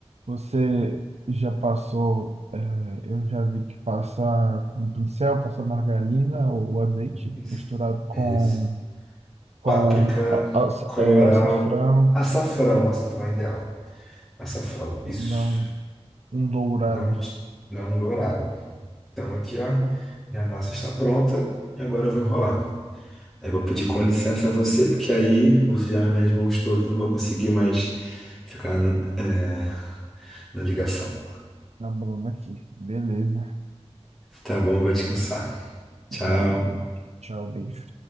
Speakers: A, on the right (about 75°); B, in the centre.
A: Você já passou, é, eu já vi que passar com pincel, passar margarina ou azeite
B: Isso.
A: misturado com,
B: É esse.
A: com
B: Páprica,
A: al- alça,
B: colorau,
A: é, alçafrão,
B: açafrão, açafrão é ideal. Açafrão, isso.
A: não, um dourado
B: Não, não dourado. Então aqui, ó, minha massa está pronta e agora eu vou enrolar. Aí eu vou pedir com licença a você, porque aí vou sujar minhas mãos todas, não vou conseguir mais ficar, é, na ligação.
A: na bolona aqui, beleza.
B: Tá bom, vai descansar. Tchau.
A: Valeu. Tchau, beijo.